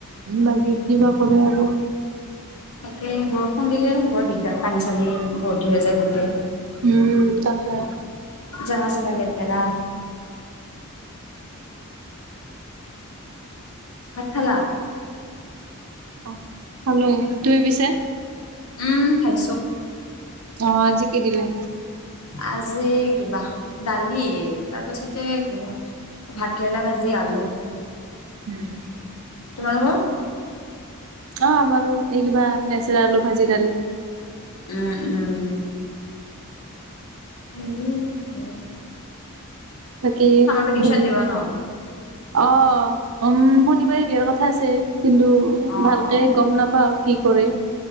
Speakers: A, on the right; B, on the left.
A: বাকী কিবা কৰে আৰু।
B: তাকে বৰষুণ দিলে বৰ দিগদাৰ। পানী চানী ভৰ্তি হৈ যায় গোটেই।
A: উম, তাকে।
B: জাগা- ছাগা লেতেৰা। ভাত খালা?
A: অ, খালো তুমি পিছে?
B: উম, খাইছো।
A: অ, আজি কি দিলে?
B: আজি কিবা দালি তাৰপাছতে কিবা ভাতকেৰেলা ভাজি আলু।
A: উম- উম।
B: তোমালোকৰ?
A: অ, আমাৰো এই কিবা নেচেৰা, আলু, ভাজি-দালি।
B: উম-উম। উম, হয়।
A: বাকী
B: ভেকেচন
A: হেৰি
B: দিব ন
A: অ, উম, শনিবাৰে দিয়াৰ কথা আছে কিন্তু
B: অ
A: ভালকে
B: অ
A: গম নাপাও কি কৰে?